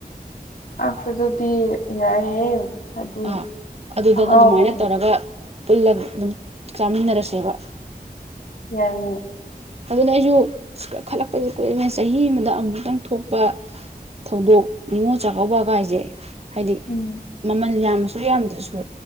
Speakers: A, on the left (about 60°); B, on the right (about 40°).
A: ꯑꯥꯁ ꯑꯗꯨꯗꯤ ꯌꯥꯏꯌꯦ ꯍꯥꯏꯗꯤ
B: ꯑꯥ ꯑꯗꯨꯗ
A: ꯑꯍꯥꯎꯕꯁꯦ
B: ꯑꯗꯨꯃꯥꯏꯅ ꯇꯧꯔꯒ ꯄꯨꯜꯂꯒ ꯑꯗꯨꯝ ꯆꯥꯃꯤꯟꯅꯔꯁꯦꯕ
A: ꯌꯥꯏꯌꯦ
B: ꯑꯗꯨꯅꯤ ꯑꯩꯁꯨ ꯈꯜꯂꯛꯄꯁꯨ ꯀꯨꯔꯃꯤ ꯆꯥꯍꯤ ꯑꯃꯗ ꯑꯃꯨꯈꯛꯇꯪ ꯊꯣꯛꯄ ꯊꯧꯗꯣꯛ ꯅꯤꯉꯣꯜ ꯆꯥꯛꯀꯧꯕ ꯒꯥꯏꯁꯦ ꯍꯥꯏꯗꯤ
A: ꯎꯝ
B: ꯃꯃꯜ ꯌꯥꯝ ꯃꯌꯥꯝꯗꯁꯨ